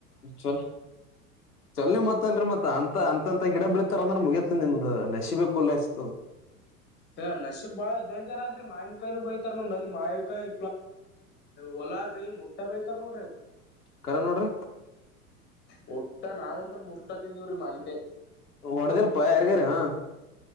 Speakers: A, on the left (about 85°); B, on the left (about 25°).
A: ಚಲ್ ಚಲ ಮತ್ತಲ್ರಿ ಮತ್ತ ಅಂತ ಅ ಂತ ಗಿಡ ಬೀಳ್ತಾರ ಅಂದ್ರೆ ಮುಗಿಯತ ನಿಮ್ದ ನೆಿಬೇಕುಲ್ಲಷ್ಟ
B: ಹ ನಶಿ ಬಾಳ ಡೇಂಜರ್ ಆದ್ರಿ ಮಾಯನ್ಕಾಯನು ಬಳ ತರ್ ನಮ ಅಲ್ಲಿ ಮಾವಿನಕಾಯಿ ಹೊಲಾದ್ರಿ ಮುಟ್ಟ ಬೆಳ್ತಾರ ನೋಡ್ರಿ.
A: ಕರೆನೋಡ್ರಿ,
B: ಮುಟ್ಟ ನಾವ್ಂತ ಮುಟ್ಟ ತಿಂದಿವವ್ರೀ ಮಾವಿನಕಾಯಿ.
A: ಹೊಡೆದ ಪ ಯಾರಗಾರ ಹಾ,